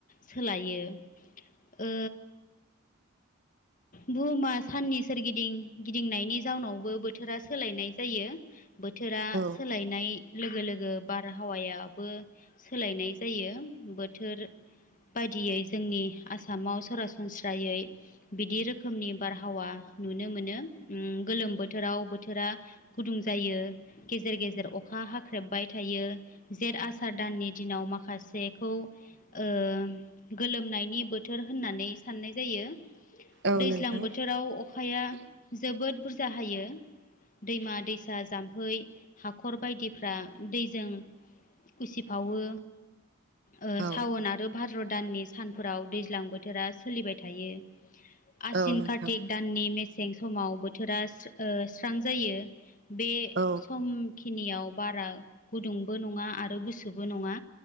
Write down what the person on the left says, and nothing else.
सोलायो। ओ बुहुमा साननि सोरगिदिं। गिदिंनायनि जाउनावबो बोथोरा सोलायनाय जायो। बोथोरा
सोलायनाय लोगो लोगो बारहावायाबो सोलायनाय जायो। बोथोर बायदियै जोंनि आसामाव सरासनस्रायै बिदि रोखोमनि बारहावा। नुनो मोनो। गोलोम बोथोराव बोथोरा गुदुं जायो गेजेर गेजेर अखा हाख्रेबबाय। थायो जेत आसार दाननि दिनाव माखासेखौ ओ गोलोम नायनि बोथोर होननानै साननाय जायो।
दैज्लां
बोथोराव अखाया जोबोद बुरजा होयो। दैमा दैसा जाम्फै हाख'र बायदिफ्रा दै जों उसिफावो। ओ
सावन आरो भाद्र' दाननि सानफोराव दैज्लां बोथोरा सोलिबाय थायो। आसिन
कार्तिक दाननि मेसें समाव बोथोरा स्रां ओ जायो। बे
समखिनियाव बारा गुदुंबो नङा आरो गुसुबो नङा।